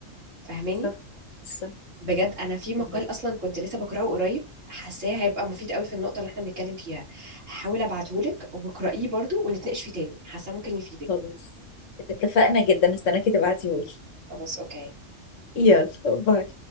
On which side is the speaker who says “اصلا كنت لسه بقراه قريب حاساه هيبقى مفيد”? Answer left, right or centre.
Right